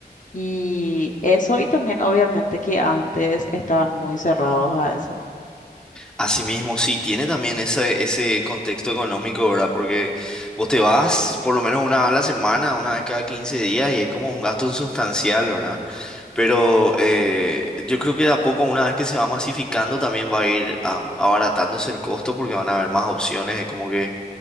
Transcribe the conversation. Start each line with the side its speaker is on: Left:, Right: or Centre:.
Left: Y eso, y también obviamente que antes estaban muy cerrados a eso.
Centre: Asimismo, sí, tiene también ese, ese contexto económico, ¿verdad? Porque vos te vas por lo menos una vez a la semana, una vez cada 15 días, y es como un gasto sustancial, ¿verdad? Pero eh, yo creo que de a poco, una vez que se va masificando, también va a ir am, abaratándose el costo porque van a haber más opciones, es como que